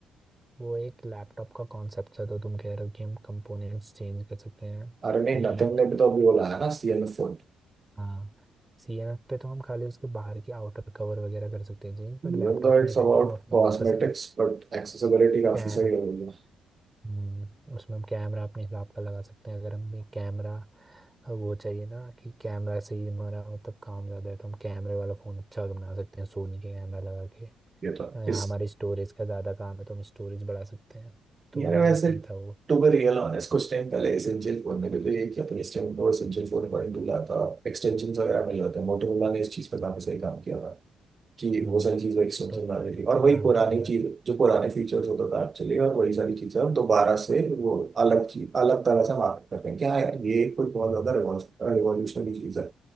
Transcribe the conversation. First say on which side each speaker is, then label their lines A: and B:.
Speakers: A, on the right; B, on the right.
A: वो एक लैपटॉप का कॉन्सेप्ट है तो तुम कह रहे हो कि हम कंपोनेंट्स चेंज कर सकते हैं
B: अरे नहीं
A: कि
B: नथिंग ने भी तो अभी वो लाया ना सी एन एफ phone
A: हाँ सीएमएफ पे तो हम खाली उसके बाहर की आउटर कवर वगैरह कर सकते हैं जी पर
B: Even
A: लैपटॉप
B: though
A: में
B: it's
A: ये था
B: about
A: कि तुम अपने
B: cosmetics
A: मनपसंद
B: but accessibility काफी
A: क्या
B: सही
A: है
B: हो गई है
A: हम्म, उसमें हम कैमरा अपने हिसाब का लगा सकते हैं अगर हमें कैमरा वो चाहिए ना कि कैमरा से ही हमारा मतलब काम ज़्यादा है तो हम कैमरे वाला फ़ोन अच्छा बना सकते हैं सोनी के कैमरा लगा के
B: ये तो है।
A: या
B: इस
A: हमारे स्टोरेज का ज़्यादा काम है तो हम स्टोरेज बढ़ा सकते हैं तो
B: यार
A: वो वाला
B: वैसे
A: सही था वो
B: टू बी रियल ऑनेस्ट कुछ टाइम पहले एसेंशियल फोन में भी तो ये किया था इस टाइम तो एसेंशियल फोन बड़ी दूर आता एक्सटेंशन वगैरह मिल जाते हैं मोटोरोला ने इस चीज़ पे काफी सही काम किया था कि
A: हम्म
B: वो सारी चीज़ें एक्सटेंशन
A: तो उन्होंने
B: आ जाएगी
A: अच्छा
B: और वही
A: काम
B: पुरानी
A: किया हुआ
B: चीज
A: है
B: जो पुराने फीचर्स होता था एक्चुअली और वही सारी चीज़ें अब दोबारा से वो अलग चीज अलग तरह से मार्केट कर रहे हैं कि हाँ यार ये कोई बहुत
A: हम्म,
B: ज्यादा रिवॉल्यूशनरी चीज़ है